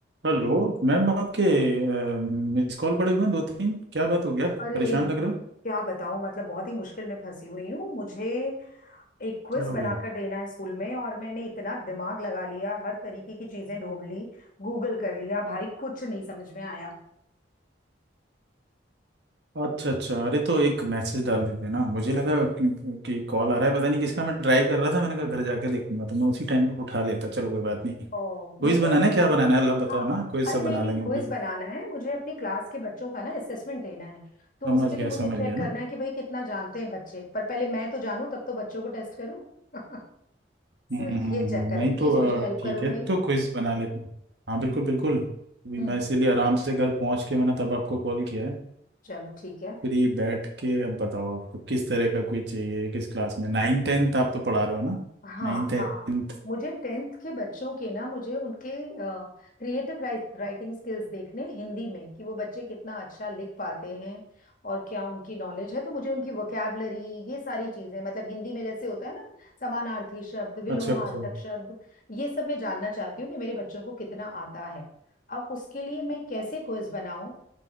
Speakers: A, on the right (about 65°); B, on the left (about 50°).
A: हेलो मैम आपके मिस कॉल पड़े हुए हैं दो तीन क्या बात हो गया
B: अरे
A: परेशान लग रहे हो
B: क्या बताऊं मतलब बहुत ही मुश्किल में फंसी हुई हूँ मुझे एक क्विज
A: क्या हो
B: बनाकर
A: गया
B: देना है स्कूल में और मैंने इतना दिमाग लगा लिया हर तरीके की चीजें ढूंढ ली गूगल कर लिया भाई कुछ नहीं समझ में आया
A: अच्छा अच्छा अरे तो एक मैसेज डाल देते ना मुझे लगा कि, कि कॉल आ रहा है पता नहीं किसका मैं ड्राइव कर रहा था मैंने कहा घर जाके देखूंगा तो मैं उसी टाइम पे उठा लेता चलो कोई बात नहीं
B: ओ
A: क्विज
B: नहीं कोई
A: बनाना
B: नहीं
A: है क्या बनाना है अल्लाह बताओ
B: हाँ
A: ना क्विज
B: अरे
A: सब
B: नहीं
A: बना
B: नहीं
A: लेंगे
B: क्विज
A: अभी
B: बनाना है मुझे अपनी क्लास के बच्चों का ना असेसमेंट लेना है तो
A: समझ
B: उसके
A: गया
B: लिए मुझे
A: समझ
B: चेक
A: गया
B: करना
A: ना
B: है कि भाई कितना जानते हैं बच्चे पर पहले मैं तो जानूं तब तो बच्चों को टेस्ट करूं <laughs>
A: हम्म
B: सो
A: हम्म,
B: ये
A: हम्म,
B: चेक करें
A: नहीं
B: प्लीज
A: तो अ,
B: मुझे हेल्प
A: ठीक
B: करो
A: है
B: भाई
A: तो क्विज बना लेते हैं हाँ बिल्कुल बिल्कुल अभी
B: हम्म
A: मैं इसीलिए आराम से घर पहुंच के मैंने तब आपको कॉल किया है
B: चलो ठीक है
A: फ्री बैठ के अब बताओ आपको किस तरह का कोई चाहिए किस क्लास में नाइन टेंथ आप तो पढ़ा रहे हो ना
B: हाँ
A: Nine tenth
B: हाँ मुझे टेंथ के बच्चों के ना मुझे उनके क्रिएटिव राइटिंग स्किल्स देखने हिंदी में कि वो बच्चे कितना अच्छा लिख पाते हैं और क्या उनकी नॉलेज है तो मुझे उनकी वोकैबलरी ये सारी चीजें मतलब हिंदी में जैसे होता है ना समानार्थी शब्द विलोमार्थक
A: अच्छा अच्छा
B: शब्द ये सब मैं जानना चाहती हूँ कि मेरे बच्चों को कितना आता है अब उसके लिए मैं कैसे क्विज बनाऊं